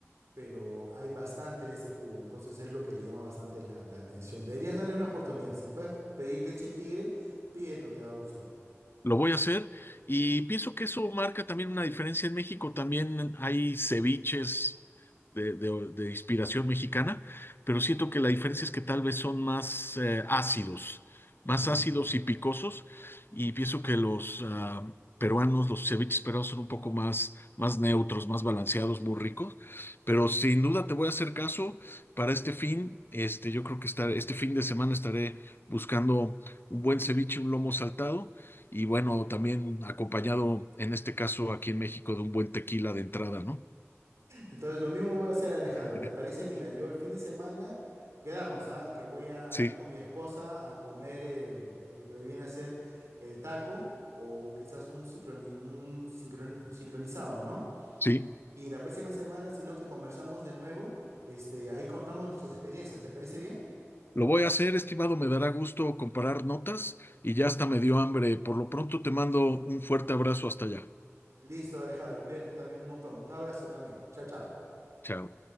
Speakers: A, on the right (about 70°); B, on the left (about 45°).
A: pero hay bastante de ese jugo, entonces es lo que le llama bastante la, la atención. Deberías darle una oportunidad. Si puedes pedir leche tigre, pídelo, te va a gustar.
B: Lo voy a hacer y pienso que eso marca también una diferencia en México. También hay ceviches de, de- de inspiración mexicana, pero siento que la diferencia es que tal vez son más eh, ácidos, más
A: Ya.
B: ácidos y picosos. Y pienso que los ah, peruanos, los ceviches peruanos son un poco más, más neutros, más balanceados, muy ricos. Pero sin duda te voy a hacer caso para este fin. Este, yo creo que estar, este fin de semana estaré buscando un buen ceviche, un lomo saltado y bueno, también acompañado en este caso aquí en México de un buen tequila de entrada, ¿no?
A: Entonces lo mismo voy a hacer Alejandro,
B: <laughs>
A: ¿te parece? Mira, yo el fin de semana quedamos, ¿ah? En que voy a
B: Sí,
A: ir con mi esposa a comer el, el que le viene a ser el taco o quizás un, sincroni- un sincroni- sincronizado, ¿no?
B: sí.
A: Y la próxima semana, si no, que conversamos de nuevo, este, ahí contamos nuestras experiencias, ¿te parece bien?
B: Lo voy a hacer, estimado, me dará gusto comparar notas y ya hasta me dio hambre. Por lo pronto te mando un fuerte abrazo hasta allá.
A: Listo, Alejandro, cuídate también un montón. Un abrazo también. Chao, chao.
B: Chao.